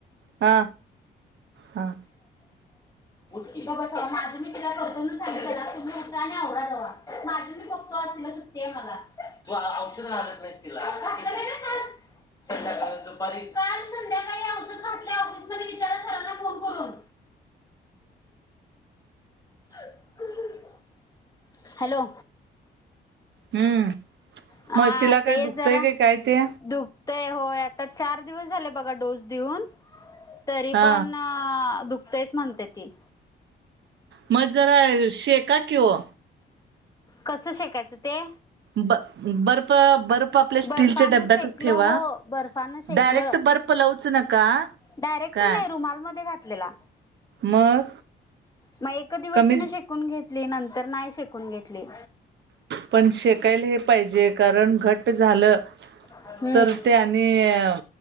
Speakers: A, on the right; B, on the left.
A: हा हा
B: उठ की, ग बसा ओ, माझं मी तिला करतो म्हणून सांगितलं ना, तुम्ही उठा आणि आवरा जावा, माझं मी बघतो आज तिला ते मला, तू औषध घालत नाहीस तिला, घातलं नाही का काल? संध्याकाळ दुपारी, काल संध्याकाळी औषध घातलंय ऑफिस मध्ये विचारा सरांना फोन करून <unintelligible> हॅलो!
A: हम्म
B: हा
A: मग तिला काय
B: ते
A: दुखतंय
B: जरा
A: काय काय ते
B: दुक ते होय, आता चार दिवस झाले बघा डोस देऊन, तरी
A: हा
B: पण हा, दुखतयच म्हणते ती.
A: मग जरा शेका की ओ.
B: कसं शेकायचं ते?
A: ब बर्फ बर्फ आपल्या स्टीलच्या
B: बर्फानं
A: डब्यात
B: शेकलं
A: ठेवा,
B: हो बर्फानं शेकलं
A: डायरेक्ट बर्फ पलंच लावुच नका.
B: डायरेक्ट
A: काय
B: नाही रुमाल मध्ये घातलेला,
A: मग
B: मग एक दिवस
A: कमीच
B: तिने शे कून घेतली, नंतर नाही शेकून घेतली.
A: पण शेकायला हे पाहिजे, कारण घट्ट झालं
B: हम्म
A: तर ते आणि अ